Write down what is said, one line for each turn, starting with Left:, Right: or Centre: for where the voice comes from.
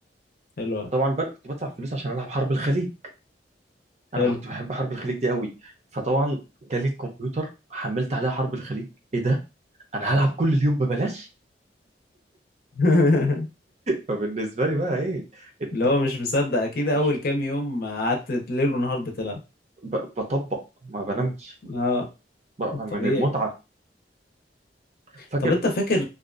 Left: حلو أوي،
Right: طبعا بقى أنا كنت بدفع فلوس عشان العب حرب الخليج انا
Left: حلو
Right: كنت بحب حرب الخليج دي قوي فطبعا جالي الكمبيوتر حملت عليها حرب الخليج ايه ده انا هلعب كل اليوم ببلاش
Left: <laughs>
Right: فبالنسبه لي بقى ايه إت-
Left: اللي هو مش مصدق اكيد اول
Right: مش
Left: كام يوم قعدت ليل ونهار بتلعب
Right: ب- بطبق ما بنامش
Left: اه
Right: بقى من
Left: طبيعي
Right: المتعه فاكر
Left: طب انت فاكر